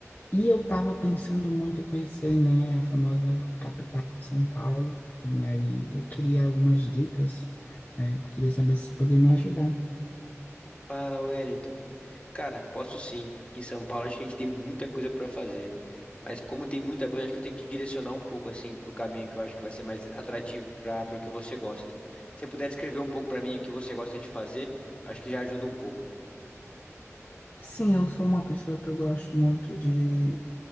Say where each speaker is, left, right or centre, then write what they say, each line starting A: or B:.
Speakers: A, on the left; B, on the left.
A: E eu tava pensando muito em conhecer, né, a famosa capital, São Paulo. E aí eu queria algumas dicas, né? Eu queria saber se você podia me ajudar.
B: Fala, Wellington. Cara, posso sim. Aqui em São Paulo acho que a gente tem muita coisa para fazer. Mas como tem muita coisa, acho que eu tenho que direcionar um pouco assim para o caminho que eu acho que vai ser mais atrativo para para o que você gosta. Se você puder descrever um pouco para mim o que você gosta de fazer, eu acho que já ajuda um pouco.
A: Sim, eu sou uma pessoa que eu gosto muito de